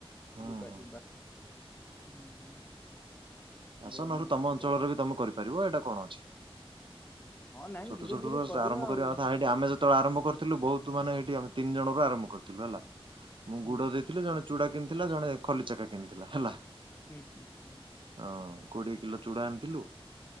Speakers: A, on the right (about 55°); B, on the left (about 20°).
A: ହୁଁ
B: ଯିବା
A: ହୁଁ
B: ଯିବା। ହୁଁ।
A: ଆସ
B: ବହୁତ
A: ନହଲେ
B: ଦିନ ହେଲାଣି
A: ତମ
B: ଯାଇନି
A: ଅଞ୍ଚଳରେ ବି ତମେ କରିପାରିବ ଏଇଟା କଣ ଅଛି?
B: ହଁ ନାଇଁ
A: ଛୋଟ
B: ଧୀରେ
A: ଛୋଟ
B: ଧୀରେ
A: ର ଆରମ୍ଭ
B: ଆଉ
A: କରିବା କଥା ହେଠି ଆମେ ଯେତେବେଳେ ଆରମ୍ଭ କରିଥିଲୁ ବହୁତ ମାନେଠ ଆମେ ତିନି ଜଣରୁ ଆରମ୍ଭ କରିଥିଲୁ ହେଲା। ମୁଁ
B: ହୁଁ
A: ଗୁଡ ଦେଇଥିଲି ଜଣେ ଚୂଡା କେ ଥିଲା ଜଣେ ଖଲିଚକା କିଣିଥିଲା ହେଲା।
B: ହୁଁ ହୁଁ ହୁଁ।
A: ହଁ କୋଡିଏ କିଲୋ ଚୁଡା ଆଣିଥିଲୁ।